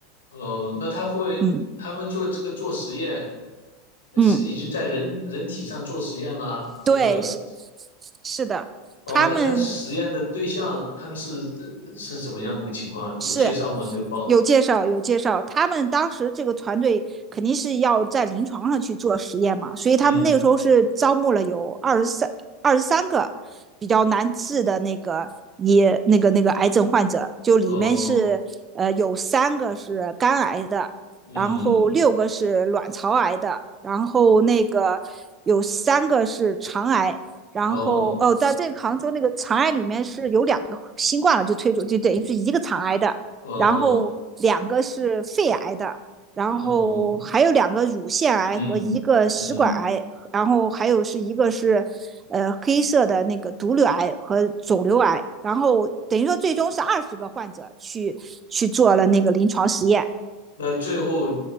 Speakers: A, on the left (about 75°); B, on the right (about 25°).
A: 嗯，那他会他们做这个做实验，
B: 嗯
A: 呃是已经在人人体上做实验啦，
B: 嗯，
A: 这个
B: 对，是是的，
A: 哦，
B: 他们
A: 那他实验的对象他们是呃是怎么样的一个情况？有介绍吗？
B: 是
A: 这个报道？
B: 有介绍有介绍，他们当时这个团队肯定是要在临床上去做实验嘛，所以他们那个时候是招募了有二十三二十三个比较难治的那个也那个那个癌症患者，
A: 嗯，
B: 就里面是呃有三个是肝癌的，
A: 哦，嗯，
B: 然后六个是卵巢癌的，然后那个有三个是肠癌，然后哦，
A: 哦，
B: 在这个杭州那个肠癌里面是有两个新冠了就推出，就等于是一个肠癌的，
A: 哦，
B: 然后两个是肺癌的，然后还有两个乳腺癌和一个食管癌，
A: 哦，嗯，嗯，
B: 然后还有是一个是呃黑色的那个毒瘤癌和肿瘤癌，然后等于说最终是二十个患者去去做了那个临床实验，
A: 那最后